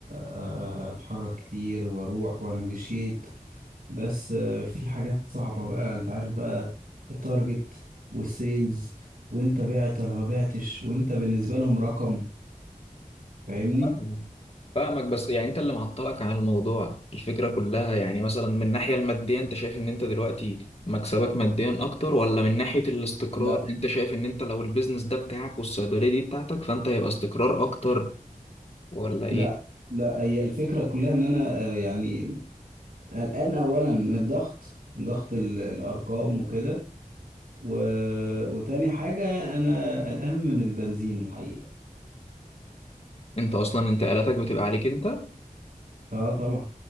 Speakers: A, on the right; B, on the left.
A: آه، اتحرك كتير واروح وانجشيت بس آه، في حاجات صعبة بقى انت عارف بقى التارجت والسيلز وانت بعت ولا ما بعتش وانت بالنسبة لهم رقم فاهمني
B: فاهمك فاهمك، بس يعني انت اللي معطلك عن الموضوع الفكرة كلها يعني مثلا من الناحية المادية انت شايف ان انت دلوقتي مكسبك ماديا اكتر ولا من ناحية الاستقرار
A: لا
B: انت شايف ان انت لو البيزنس ده بتاعك والصيدلية دي بتاعتك فانت هيبقى استقرار اكتر ولا ايه
A: لا لا هي الفكرة كلها ان انا آه، يعني قلقان اولا من الضغط من ضغط ال- الارقام وكده و... وتاني حاجة انا قلقان من البنزين الحقيقة
B: انت اصلا انتقالاتك بتبقى عليك انت
A: اه طبعا